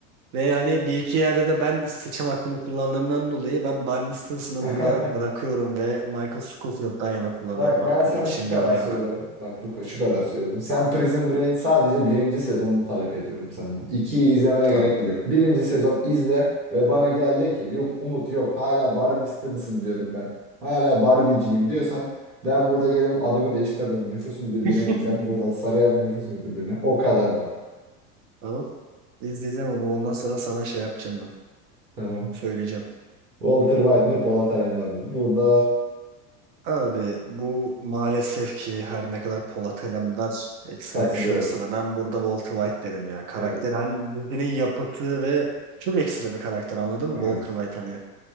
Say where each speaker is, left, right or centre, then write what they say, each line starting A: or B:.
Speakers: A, on the right; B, on the right.
A: Ve yani bir iki yerde de ben seçim hakkını kullandığımdan dolayı ben Barney Stinson'ı
B: <laughs>
A: burada bırakıyorum ve Michael Scofield'dan yana kullanıyorum
B: Bak
A: hakkımı.
B: ben sana
A: İçim
B: şu kadar
A: yana yana.
B: söylüyorum. Bak bu şu kadar söylüyorum. Sen Prison Break'in sadece birinci sezonunu talep ediyorum senden. İkiyi izlemene
A: Tamam.
B: gerek bile yok. Birinci sezon izle ve bana gel de ki "Yum- Umut yok hala Barney Stinson diyorum ben. Hala Barney'ciyim diyorsan ben burada gelirim adımı değiştiririm. Nüfus müdürlüğüne
A: <laughs>
B: gideceğim. Buradan Sarıyer Nüfus Müdürlüğüne. O kadar bak.
A: Tamam. İzleyeceğim onu. Ondan sonra sana şey yapacağım ben.
B: Tamam.
A: Söyleyeceğim.
B: Walter White mi Polat Alemdar mı? Burada
A: Abi bu maalesef ki her ne kadar Polat Alemdar ekstra
B: katılıyorum.
A: bir şey olsa da ben burada Walter White derim ya. Karakter
B: Evet.
A: hani dizinin yapıtı ve çok ekstra bir karakter anladın mı?
B: Evet.
A: Walter White hani